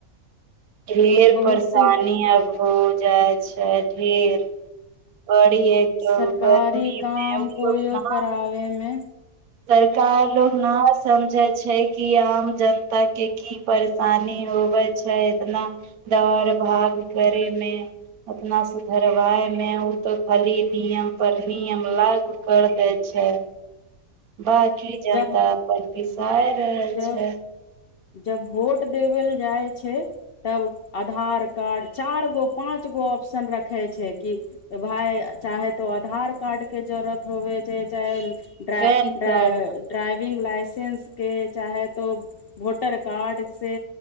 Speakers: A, on the right (about 85°); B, on the left (about 65°).
A: ढेर
B: बहुते
A: परेशानी अब हो जाय छै ढेर बड़ी
B: हू ह
A: एक तो
B: सरकारी
A: गर्मी मे
B: काम
A: उ लोग
B: कोइओ
A: न
B: कराबयमे
A: सरकार लो ह समझे छै कि आम जनता के की परेशानी होवे छै इतना दौड़ भाग करेमे अपना सुधरवाय मे उ त खाली नियम पर नियम लाग कर दै छै बाकी जनता
B: जब
A: अपन पिसाय रहल
B: जब
A: छै
B: जब भोट देब ल जाए छै तब आधार कार्ड चार गो पाँच गो ऑप्शन रखै छै कि त भाय चाहे तो आधार कार्ड के जरूरत होवे छै चाहे ड्राइविंग
A: पैन कार्ड
B: लाइसेंस के चाहे तो वोटर कार्ड से